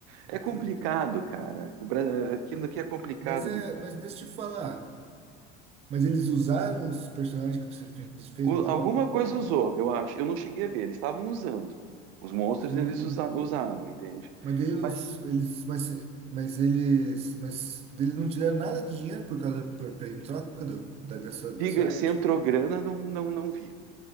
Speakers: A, on the right (about 30°); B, on the right (about 70°).
A: Entendi.
B: É complicado, cara. O Bra- Aquilo aqui é complicado
A: Mas é, mas deixa eu te falar. Mas eles usaram os personagens que você fez, fez
B: O-
A: no jogo?
B: alguma coisa usou, eu acho. Eu não cheguei a ver, eles estavam usando. Os monstros
A: Sim.
B: eles usa- usavam, entende?
A: Mas daí os,
B: Mas
A: eles, mas, mas eles, mas eles não te deram nada de dinheiro por causa, por, por- em troca do, da, dessa, dessa
B: diga,
A: arte?
B: se entrou grana, não, não, não vi.